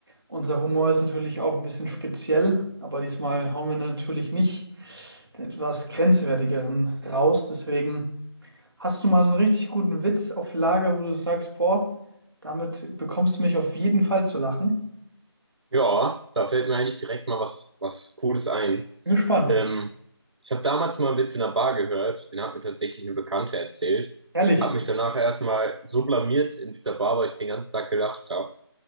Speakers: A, on the right; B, on the right.
A: unser Humor ist natürlich auch ein bisschen speziell, aber diesmal hauen wir natürlich nicht den etwas grenzwertigeren raus. Deswegen hast du mal so einen richtig guten Witz auf Lager, wo du sagst, boah, damit bekommst du mich auf jeden Fall zu lachen.
B: Ja, da fällt mir eigentlich direkt mal was, was Cooles ein.
A: Bin gespannt.
B: Ähm, ich habe damals mal einen Witz in der Bar gehört, den hat mir tatsächlich eine Bekannte erzählt,
A: Ehrlich,
B: habe mich danach erstmal so blamiert in dieser Bar, weil ich den ganzen Tag gelacht habe.